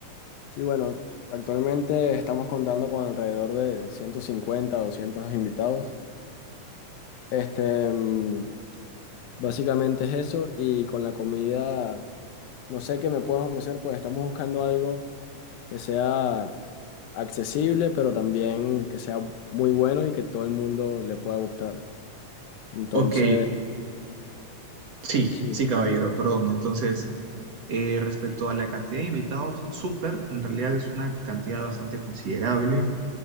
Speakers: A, on the left; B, on the right.
A: Sí, bueno, actualmente estamos contando con alrededor de 150, 200 invitados. Este, mm, básicamente es eso, y con la comida. No sé qué me puedes ofrecer, pues estamos buscando algo que sea accesible, pero también que sea muy bueno y que todo el mundo le pueda gustar. Entonces,
B: Ok, sí,
A: sí,
B: sí, caballero, perdón. Entonces, eh, respecto a la cantidad de invitados, súper, en realidad es una cantidad bastante considerable.